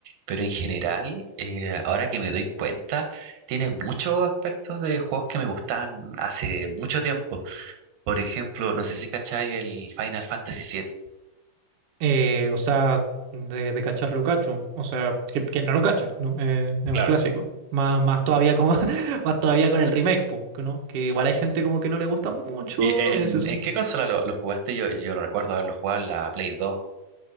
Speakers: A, on the right (about 85°); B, on the right (about 60°).
A: Pero en general, eh, ahora que me doy cuenta, tiene muchos aspectos de juegos que me gustan hace mucho tiempo. Por ejemplo, no sé si cachai el Final Fantasy siete.
B: Eh, o sea, de, de cachar lo cacho. O sea, que, que no lo cacha, ¿no? Eh, es
A: Claro.
B: un clásico. Más, más todavía como, <laughs> más todavía con el remake, pues, ¿no? Que igual hay gente como que no le gusta mucho.
A: ¿Y en,
B: eh, se
A: en qué consola lo, lo jugaste? Yo, yo recuerdo haberlo jugado en la Play dos.